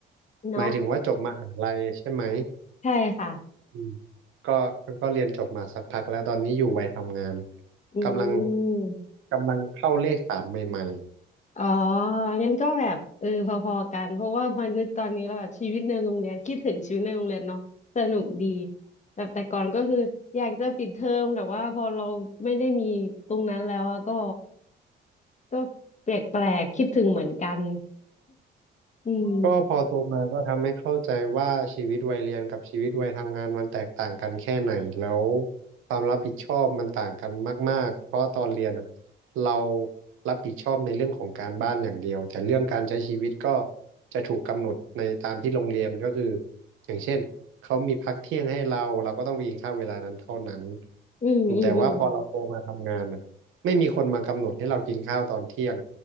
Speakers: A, on the left; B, on the right.
A: เนาะ
B: หมายถึงว่าจบมหาลัยใช่ไหม
A: ใช่ค่ะ
B: อืมก็ก็เรียนจบมาสักพักแล้วตอนนี้อยู่วัยทำงาน
A: อื
B: กำลัง
A: ม
B: กำลังเข้าเลขสามใหม่
A: อ๋องั้นก็แบบเออพอๆกันเพราะว่ามานึกตอนนี้ก็แบบชีวิตในโรงเรียนคิดถึงชีวิตในโรงเรียนเนาะสนุกดีแบบแต่ก่อนก็คืออยากจะปิดเทอมแต่ว่าพอเราไม่ได้มีตรงนั้นแล้วอะก็ก็แปลกๆคิดถึงเหมือนกันอืม
B: ก็พอโตมาก็ทำให้เข้าใจว่าชีวิตวัยเรียนกับชีวิตวัยทำงานมันแตกต่างกันแค่ไหนแล้วความรับผิดชอบมันต่างกันมากๆเพราะตอนเรียนอ่ะเรารับผิดชอบในเรื่องของการบ้านอย่างเดียวแต่เรื่องการใช้ชีวิตก็จะถูกกำหนดในตามที่โรงเรียนก็คืออย่างเช่นเขามีพักเที่ยงให้เราเราก็ต้องไปกินข้าวเวลานั้นเท่านั้น
A: อืมอืมอืม
B: แต่ว่าพอเราโตมาทำงานอ่ะไม่มีคนมากำหนดให้เรากินข้าวตอนเที่ยง